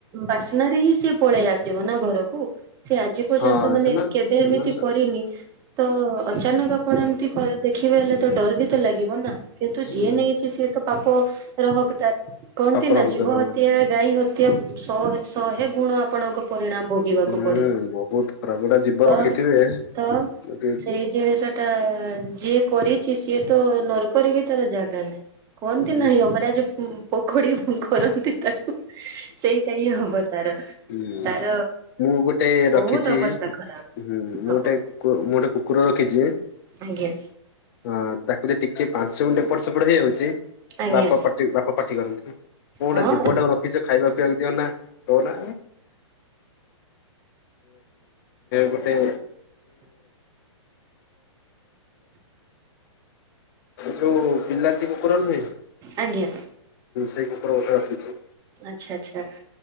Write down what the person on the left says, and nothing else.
ହଁ
ସେମାନେ
ସେମାନେ
ତ
ହୁଁ
ପାପର
ହନ୍ତନ ହଁ
ହୁଁ
ବହୁତ ଖରାପ ଗୋଟା ଜୀବ
ରଖିଥିବେ
ଯଦି
ହୁଁ
ହଁ
ମୁଁ ଗୋଟେ ରଖିଛି
ହୁଁ ମୁଁ
ଗୋଟେ କୁ ମୁଁ ଗୋଟେ କୁକୁର ରଖିଛି
ହ ତାକୁ କୋଧ ଟିକେ ପାଞ୍ଚଛ ମଣ୍ଟ ପଟ ସେପଟ ହେଇଯାଉଛି।
ବାପଟି ବାପ ପାଟି କରନ୍ତି ମୁଁ ଗୋଟେ
ଯିବଟା ର ଖାଇବା ପିଇବାକୁ ଦିଅ ନା ହ ନା ଗୋଟେ ଯଉ ପିଲା କୁକୁରଣଁ
ସେଇ ପ୍ରଉ୍ ରଖିଛି।